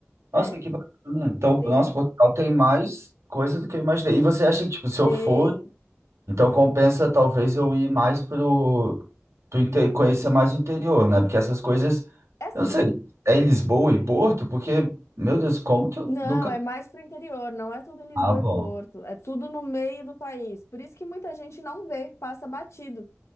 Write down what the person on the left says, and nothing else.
É,
tem,
tem.
É assim,
não,
é mais pro interior, não é tudo em Lisboa
e Porto, é tudo no meio do país. Por isso que muita gente não vê, passa batido.